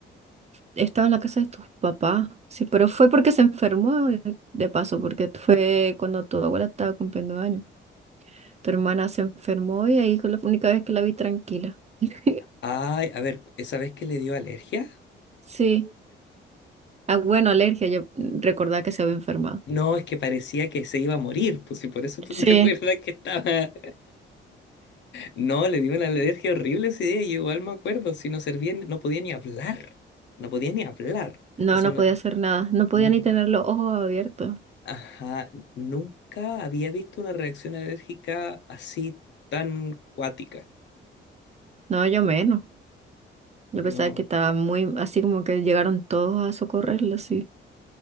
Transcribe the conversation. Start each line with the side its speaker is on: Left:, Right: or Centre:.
Right: estaba en la casa de tus papás, sí, pero fue porque se enfermó eh, de paso, porque fue cuando tu abuela estaba cumpliendo años. Tu hermana se enfermó y ahí fue la única vez que la vi tranquila. <laughs>
Left: Ay, a ver, ¿esa vez que le dio alergia?
Right: Sí. Ah, bueno, alergia, yo recordaba que se había enfermado.
Left: No, es que parecía que se iba a morir, pues si por eso tú
Right: Sí.
Left: <laughs> me acuerdas que estaba No, le di una alergia horrible ese día yo igual me acuerdo, si no servía, ni- no podía ni hablar, no podía ni hablar.
Right: No,
Left: O sea,
Right: no
Left: una...
Right: podía hacer nada, no podía
Left: n-
Right: ni tener los ojos abiertos.
Left: Ajá, nunca había visto una reacción alérgica así tan cuática.
Right: No, yo menos. Yo
Left: No.
Right: pensaba que estaba muy, así como que llegaron todos a socorrerlo, sí.